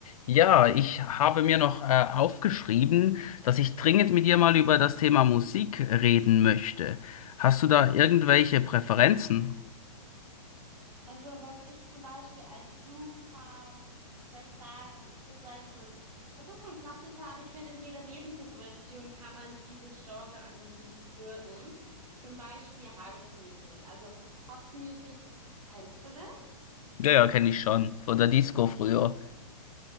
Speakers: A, on the left; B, on the right.
A: Ja, ich habe mir noch äh, aufgeschrieben, dass ich dringend mit dir mal über das Thema Musik reden möchte. Hast du da irgendwelche Präferenzen?
B: Also was ich zum Beispiel als super, wie soll ich sagen, ich würde sagen, so es, es ist kein Klassiker, aber ich finde, in jeder Lebenssituation kann man dieses Genre an Musik hören. Zum Beispiel House Music. Also House Music, kennst du das?
A: Ja, ja, kenne ich schon, von der Disco früher.